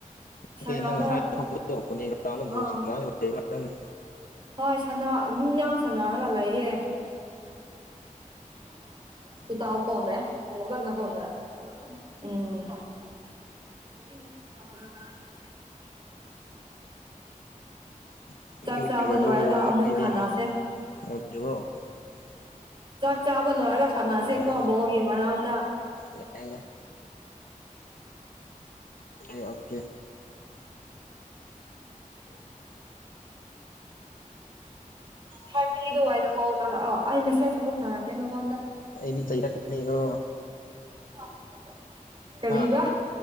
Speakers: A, on the left; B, on the right.
A: ꯅꯠꯇꯦ
B: ꯁꯥꯟꯅꯕ
A: ꯅꯪ ꯉꯁꯥꯏ ꯑꯇꫭꯞꯄꯗ ꯇꯧꯔꯛꯄꯅꯦ꯫ ꯇꯅ ꯕꯨꯁꯅ
B: ꯑꯥ
A: ꯂꯅꯤ
B: ꯍꯣꯏ ꯃꯤ ꯌꯥꯝ ꯁꯅꯔꯒ ꯂꯩꯌꯦ ꯔ
A: ꯑꯣ
B: <unintelligible> ꯎꯝ
A: <unintelligible>
B: ꯆꯥꯛ ꯆꯥꯕ ꯂꯣꯏꯔꯒ ꯑꯃꯨꯛ ꯈꯟꯅꯁꯦ ꯆꯥꯛ ꯆꯥꯕꯂ ꯍꯥꯏꯒ ꯁꯥꯅꯁꯦꯀꯣ
A: ꯍꯣꯏ
B: ꯕꯣꯜꯒꯤ ꯃꯔꯝ <unintelligible>
A: ꯌꯥꯏ ꯂꯩ꯫ ꯑꯣꯦ ꯑꯣꯀꯦ
B: ꯊꯥꯔꯇꯤ ꯑꯩꯏꯗ ꯀꯣꯜ ꯇꯧꯔ ꯑꯩ ꯐꯦꯁ ꯑꯃꯨꯛ ꯊꯥꯔꯛꯀꯦ ꯅꯪꯉꯣꯟꯗ꯫
A: ꯑꯩꯗꯤ ꯆꯩꯔꯛꯀꯅꯤꯀꯣ꯫
B: <inaudible> <unintelligible> ꯀꯔꯤꯕꯥ꯫
A: ꯍꯥ